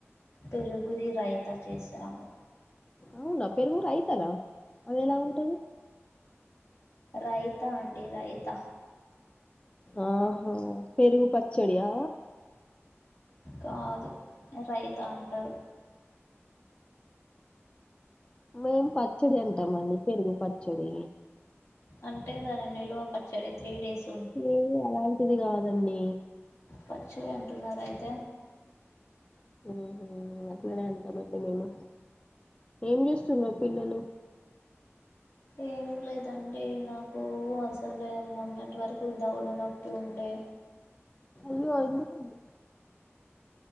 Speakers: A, on the left; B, on the left.
A: పెరుగురి రైతా చేసాము
B: అవునా పెరుగురు అయితదా అది ఎలా ఉంటది
A: రైతా అండి రైత
B: ఆహా పెరుగు పచ్చడియా
A: కాదు రైత అంటారు
B: మేము పచ్చడి అంటాము అండి పెరుగు పచ్చడి
A: అంటే దాని నిల్వ పచ్చడి త్రీ డేస్
B: ఏ అలాంటిది కాదు దండి
A: పచ్చుడి అంటున్నారు అయితే
B: మ్మ్ హ్మ్ అట్లనే అంటామండి మేము ఏం చేస్తున్నార్ పిల్లలు
A: ఏం లేదండి నాకు అసలే మొన్నటి వరకు దవడ నొప్పి ఉండే
B: అయ్యో ఎందుకండి